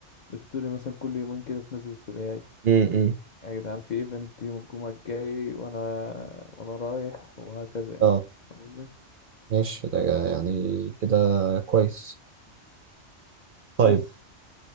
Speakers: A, on the left; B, on the right.
A: الستوري مثلا كل يومين كده تنزل ستوري هاي
B: امم
A: يا جدعان في ايفنت يوم الجمعة الجاي وانا وانا رايح وهكذا يعني
B: اه
A: فاهم قصدي؟
B: ماشي ده يعني كده كويس طيب
A: بس